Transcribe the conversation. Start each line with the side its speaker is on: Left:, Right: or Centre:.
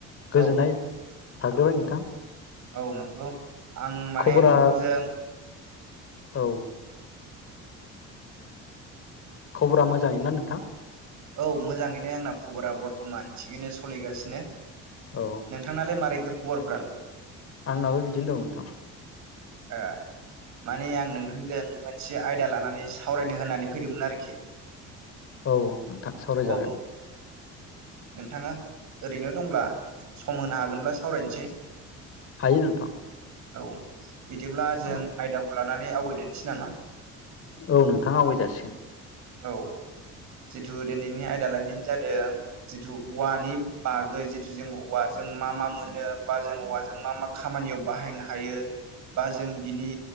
Left: गोजोननाय
Right: औ
Left: थाग्रोबाय नोंथां
Right: औ नंगौ आं माने
Left: खबरा
Right: नोंथांजों
Left: औ खबरा मोजाङैनो ना नोंथां
Right: औ मोजाङैनो आंना खबरा बरथ'मान थिगैनो सोलिगासिनो
Left: औ
Right: नोंथांनालाय मारैथो खबर फोरालाय
Left: आंनाबो बिदिनो दं नोथां
Right: ए माने आं नोंथांजों मोनसे आयदा लानानै सावरायनो होनानै फैदोंमोन आरोखि
Left: औ नोंथां सावरायजागोन
Right: औ नोंथाङा ओरैनो दंब्ला सम होनो हागोनब्ला सावरायनोसै
Left: हायो नोंथां
Right: औ बिदिब्ला जों
Left: औ
Right: आयदाखौ लानानै आवगायदोनोसै नामा
Left: औ नोंथां आवगाय जासिगोन
Right: औ जिथु दिनैनि आयदा लानायानो जादों जिथु औवानि बागै जिथु जों औवाजों मा मा मोनो बा जों औवाजों मा मा खामानियाव बाहायनो हायो बा जों बिनि